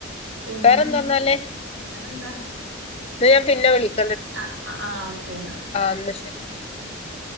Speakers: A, on the right (about 70°); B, on the left (about 30°).
A: പിന്നെ
B: വേറെന്താന്നാല്
A: എന്തൊക്കെ വേ എന്താ?
B: ഇന്ന ഞാൻ പിന്നെ വിളി
A: ആ ആ ഓക്കേ എന്നാ
B: എന്നാ ശരി
A: ആ ശരി